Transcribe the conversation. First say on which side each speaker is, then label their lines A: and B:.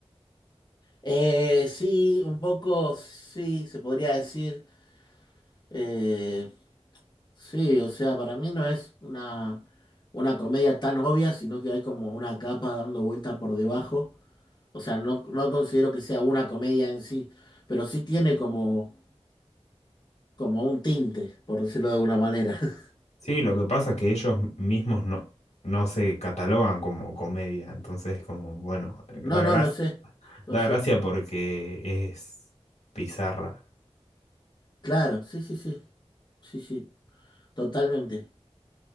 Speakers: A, on the left; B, on the left.
A: Eh, sí, un poco, sí, se podría decir. Eh, sí, o sea, para mí no es una, una comedia tan obvia, sino que hay como una capa dando vuelta por debajo. O sea, no, no considero que sea una comedia en sí, pero sí tiene como, como un tinte, por decirlo de alguna manera. <laughs>
B: Sí, lo que pasa es que ellos mismos no, no se catalogan como comedia, entonces como, bueno, da
A: No, no,
B: gracia,
A: lo sé, lo
B: da
A: sé.
B: gracia porque es pizarra.
A: Claro, sí, sí, sí, sí, sí, totalmente.